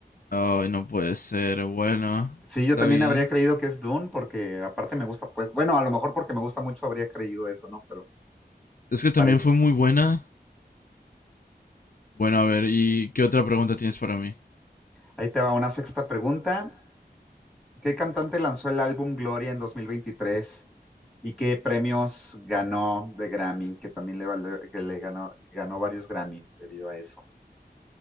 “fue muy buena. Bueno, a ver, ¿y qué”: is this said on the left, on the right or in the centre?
Left